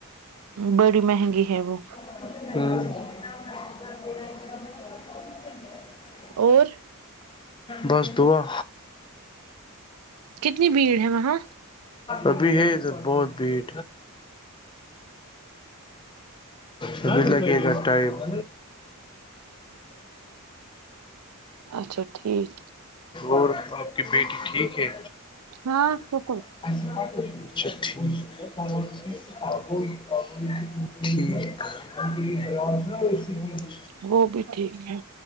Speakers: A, on the right (about 80°); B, on the left (about 20°).
A: بڑی مہنگی ہے وہ
B: ہوں <unintelligible>
A: اور
B: بس دعا
A: کتنی بھیڑ ہے وہاں
B: ابھی ہے ادھر بہت بھیڑ سب بھی لگے گا ٹائم
A: اچھا ٹھیک
B: اور آپ کی بیٹی ٹھیک ہے
A: ہاں بالکل
B: اچھا ٹھیک ٹھیک
A: وہ بھی ٹھیک ہے